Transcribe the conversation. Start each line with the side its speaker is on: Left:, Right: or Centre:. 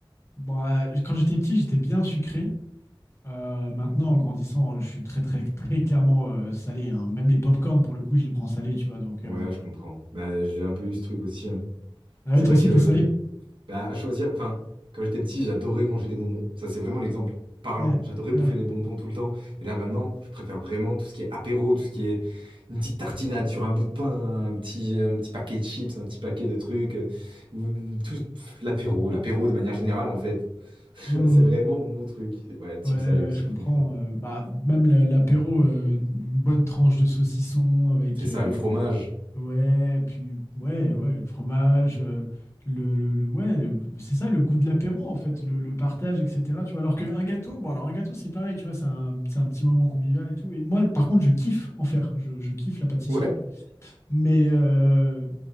Left: Bon, euh, quand j'étais petit, j'étais bien sucré. Euh, maintenant, en grandissant, je suis très, très, très clairement euh, salé. hein. Même les pop-corn, pour le coup, je les prends salés, tu vois. Donc,
Right: Ouais,
Left: euh...
Right: je comprends. Bah, j'ai un peu eu ce truc aussi. hein.
Left: ah
Right: C'est
Left: ouais, toi
Right: vrai
Left: aussi,
Right: que,
Left: t'es salé?
Right: bah, à choisir, enfin, quand j'étais petit, j'adorais manger des bonbons. Ça, c'est vraiment l'exemple parlant.
Left: Ouais,
Right: J'adorais
Left: ouais.
Right: bouffer des bonbons tout le temps. Et là, maintenant, je préfère vraiment tout ce qui est apéro, tout ce qui est une petite tartinade sur un bout de pain, un petit, un petit paquet de chips, un petit paquet de trucs. euh, ou tout pff, l'apéro, l'apéro de manière générale, en fait. <laughs>
Left: Mhm.
Right: C'est vraiment mon truc. Ouais, team
Left: Ouais,
Right: salé aussi,
Left: ouais, je comprends.
Right: franchement.
Left: euh, bah, même la- l'apéro, euh, une bonne tranche de saucisson avec.
Right: C'est ça,
Left: euh,
Right: le fromage.
Left: ouais, puis, ouais, ouais, le fromage. euh, le, le- le- ouais, le- c'est ça, le goût de l'apéro, en fait, le, le partage, etc. Tu vois, alors qu'un gâteau, bon, alors un gâteau, c'est pareil, tu vois, c'est un, c'est un petit moment convivial et tout. Et moi, par contre, je kiffe en faire. Je, je kiffe la pâtisserie.
Right: Ouais.
Left: Mais, euh,